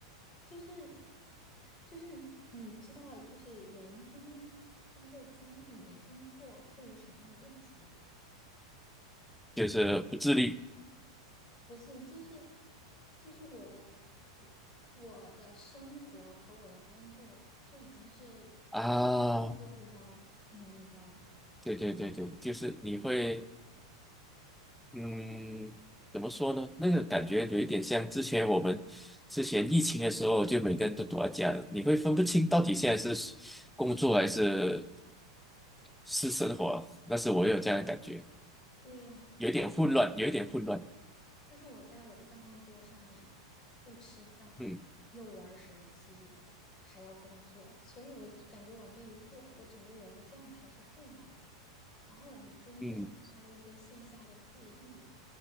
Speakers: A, on the left; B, in the centre.
A: 就是就是你知道，就是人天天待在家里面工作会有什么样的问题吗？
B: 就是不自律
A: 不是，就是就是我的 f- 我的生活和我的工作就已经是都在一个桌子上，
B: 啊，
A: 你明白吧？
B: 对对对对，就是你会嗯，怎么说呢？那个感觉有一点像之前我们之前疫情的时候，就每个人都躲在家了，你会分不清到底现在是工作还是是生活。但是我有这样的感觉，
A: 对呀，
B: 有一点混乱，有一点混乱。
A: 就是我在我的办公桌上面又吃饭，
B: 嗯
A: 又玩手机，还要工作，所以我就感觉往这一坐，我整个人的状态是混乱的。然后我们今天开了一个线下的会议，
B: 嗯